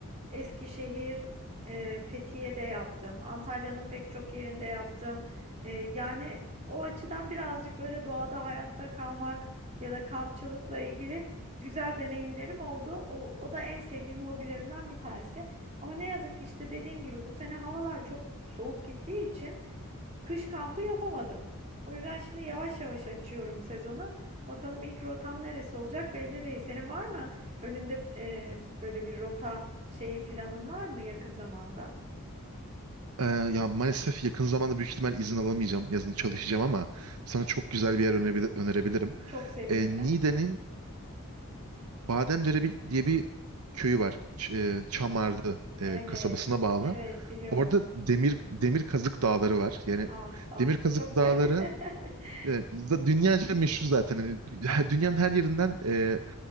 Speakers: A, on the right (about 30°); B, on the right (about 80°).
A: Eskişehir, e, Fethiye'de yaptım. Antalya'nın pek çok yerinde yaptım. E, yani o açıdan birazcık böyle doğada hayatta kalmak ya da kampçılıkla ilgili güzel deneyimlerim oldu. O, o da en sevdiğim hobilerimden bir tanesi. Ama ne yazık ki işte dediğim gibi bu sene havalar çok soğuk gittiği için kış kampı yapamadım. O yüzden şimdi yavaş yavaş açıyorum sezonu. Bakalım ilk rotam neresi olacak belli değil. Senin var mı önünde e, böyle bir rota şeyi planın var mı yakın zamanda?
B: Ee, ya maalesef yakın zamanda büyük ihtimal izin alamayacağım. Yazın çalışacağım ama sana çok güzel bir yer önerebil- önerebilirim.
A: Çok sevinirim.
B: Ee, Niğde'nin Bademdere bir, diye bir köyü var. Ç- e, Çamarlı e,
A: Evet,
B: kasabasına bağlı.
A: evet biliyorum.
B: Orada demir demir kazık dağları var. Yani
A: Ah ah
B: demir kazık
A: çok
B: dağları
A: <laughs>
B: e, da- dünyaca meşhur zaten. Hani dü- <laughs> dünyanın her yerinden e,